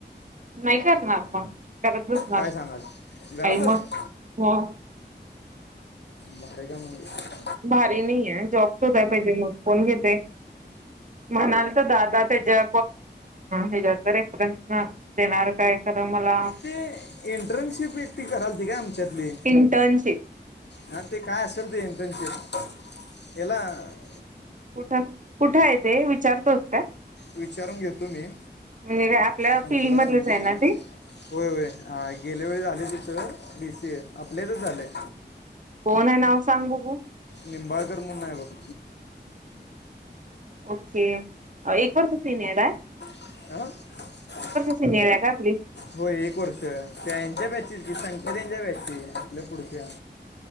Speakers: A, on the right; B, on the left.
A: नाही करणार मग करतच नाही.
B: काय सांगाल घरातच
A: आई मग म्
B: भारी काम की
A: भारी नाहीये जॉब शोधायला पाहिजे. मग कोण घेतय म्हणाले तर दादा, त्याच्या हच्यात रेफरन्स देणार काय? खरं मला
B: ते एंटर्नशिप एकटी कराल, ती काय आमच्यातली
A: इंटर्नशिप
B: हं ते काय असेल, ते इंटर्नशिप ह्याला -
A: कुठ कुठं आहे ते विचारतोस काय?
B: विचारून घेतो मी.
A: म्हणजे काय आपल्या
B: थांब
A: फील्ड
B: तुला
A: मधलेच
B: सांगतो.
A: आहे ना ते
B: होय होय हा गेल्या वेळी झाले ते. तर,, बी सी ए,, आपल्यातच झालंय.
A: कोण आहे नाव सांग बघू..
B: निंबाळकर म्हणून हाय बघ,
A: ओके, एक वर्ष र्सिनियर हाय
B: आंऽऽ
A: सिनियर या का आपली.
B: होय एक वर्ष, त्या यांच्या बॅचची की संख्या त्यांच्या बॅचची, आपल्या पुढच्या.